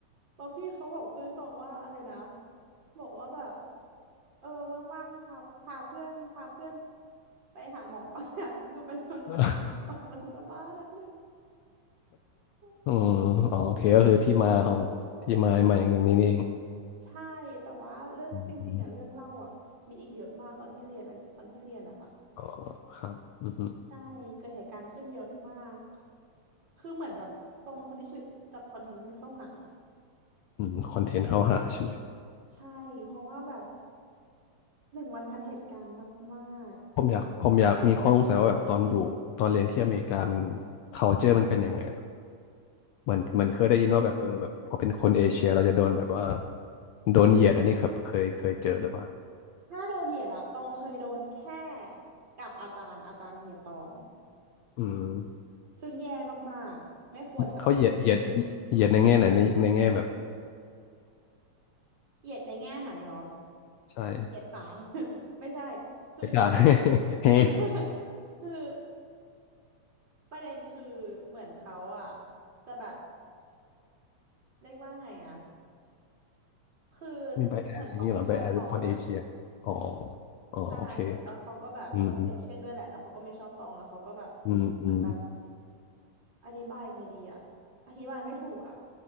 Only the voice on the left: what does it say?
<laughs>
อืมอ๋อโอเคก็คือที่มาของที่มาใหม่อย่างนี้นี่เอง
อืมอ๋อครับอืม
อืมคอนเทนต์เข้าหาใช่ไหม
ผมอยากผมอยากมีข้อสงสัยว่าแบบตอนอยู่ตอนเรียนที่อเมริกามัน culture มันเป็นยังไงล่ะเหมือนเหมือนเคยได้ยินว่าแบบเออแบบพอเป็นคนเอเชียเราจะโดนแบบว่าโดนเหยียดอันนี้ครับเคยเคยเจอหรือเปล่า
อืม
เขาเหยียดเหยียดเหยียดในแง่ไหนในในแง่แบบ
ใช่
ไปด่า <laughs> เฮ้
<laughs> มีไบแอสอย่างนี้เหรอไบแอสคนเอเชียอ๋อ
อ๋อโอเค
อืมอืมอืม